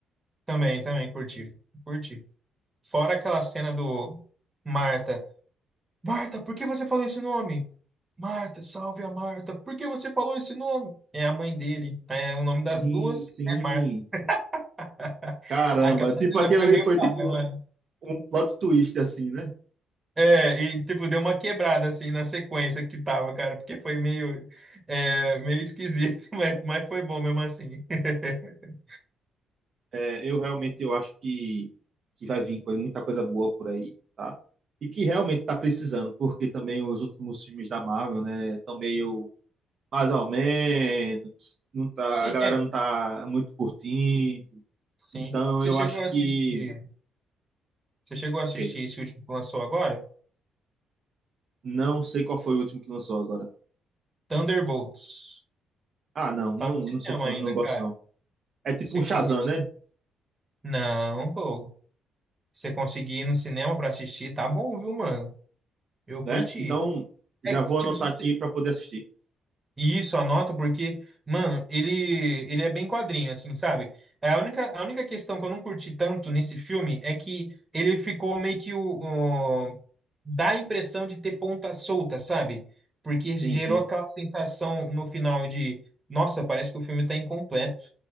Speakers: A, on the right; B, on the right.
A: Também, também, curti. Curti. Fora aquela cena do Marta. Marta, por que você falou esse nome? Marta, salve a Marta. Por que você falou esse nome? É a mãe dele. É, o nome das
B: Sim,
A: duas
B: sim.
A: é Marta. <laughs>
B: Caramba,
A: Aquela
B: tipo aquele
A: cena foi
B: ali
A: meio
B: foi
A: paia,
B: tipo
A: mano.
B: um um plot twist assim, né?
A: É, e tipo, deu uma quebrada assim na sequência que tava, cara, porque foi meio, é, meio esquisito, <laughs> mas, mas foi bom mesmo assim. <laughs>
B: É, eu realmente eu acho que, que vai vir coisa- muita coisa boa por aí, tá? E que realmente está precisando, porque também os últimos filmes da Marvel, né, estão meio mais ou menos, não tá,
A: Sim,
B: a galera
A: é,
B: não tá muito curtindo.
A: Sim.
B: Então
A: Você
B: eu
A: chegou
B: acho
A: a
B: que,
A: assistir, você chegou a assistir
B: ok,
A: esse último que lançou agora?
B: não sei qual foi o último que lançou agora.
A: Thunderbolts.
B: Ah, não, não,
A: Tá no cinema
B: não sou fã,
A: ainda,
B: não gosto
A: cara.
B: não. É tipo
A: Você
B: um Shazam,
A: conseguir.
B: né?
A: Não, pô. Você conseguir ir no cinema pra assistir, tá bom, viu, mano? Eu curti.
B: Né? Então já
A: É que,
B: vou
A: tipo,
B: anotar
A: se você
B: aqui para poder assistir.
A: Isso, anota, porque, mano, ele, ele é bem quadrinho, assim, sabe? É, A única, a única questão que eu não curti tanto nesse filme é que ele ficou meio que o, o- dá a impressão de ter ponta solta, sabe? Porque
B: Sim,
A: gerou
B: sim,
A: aquela sensação no final de, nossa, parece que o filme tá incompleto.